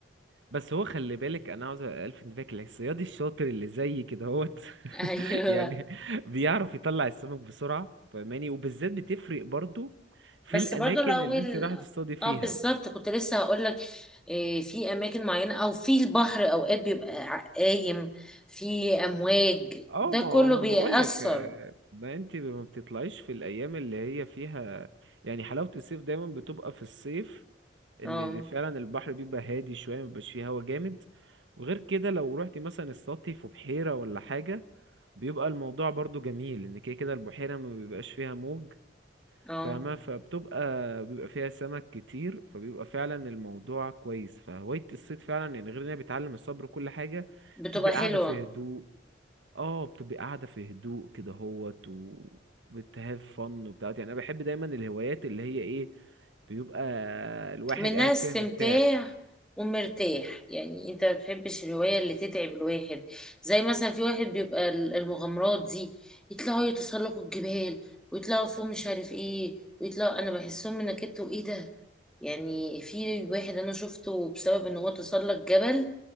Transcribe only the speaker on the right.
بس هو خلي بالك انا عاوز الفت انتباهك الصياد الشاطر اللي زي كده هوت <laughs>
يعني بيعرف يطلع السمك بسرعه فاهماني وبالذات بتفرق برضو في
الاماكن
اللي انت رايحه تصطادي فيها
اه
ما
هو ما انا
بقول لك آه، ما انت ما بتطلعيش في الايام اللي هي فيها يعني حلاوه الصيف دايما بتبقى في الصيف ان
ده فعلا البحر بيبقى هادي شويه مبيبقاش فيه هوا جامد وغير كده لو رحت مثلا السطح في بحيره ولا حاجه بيبقى الموضوع برضو جميل ان كده كده البحيره ما بيبقاش فيها موج
فما فبتبقى بيبقى فيها سمك كتير فبيبقى فعلا الموضوع كويس فهوايه الصيد فعلا يعني غير انها بتعلم الصبر وكل حاجه
بتبقى
قاعده في هدوء اه بتبقي قاعدة في هدوء كده هوت وبتهاف فن وبتاعت يعني انا بحب دايما الهوايات اللي هي ايه بيبقى الواحد
قاعد
فيها مرتاح